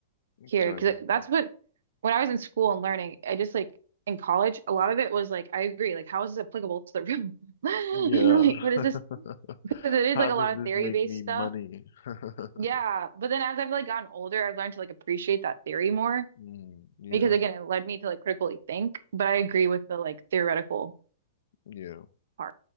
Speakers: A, on the left; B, on the right.
A: exactly.
B: here because that's what when I was in school and learning, I just like in college, a lot of it was like I agree, like how is this applicable to the room? <laughs>
A: Yeah.
B: Like what is this?
A: <laughs>
B: Because it is
A: How
B: like
A: does
B: a lot
A: this
B: of theory
A: make
B: based
A: me
B: stuff.
A: money? <laughs>
B: Yeah, but then as I've like gotten older, I've learned to like appreciate that theory more
A: Mm, yeah,
B: because again, it led me to like critically think. But I agree with the like theoretical
A: yeah.
B: part.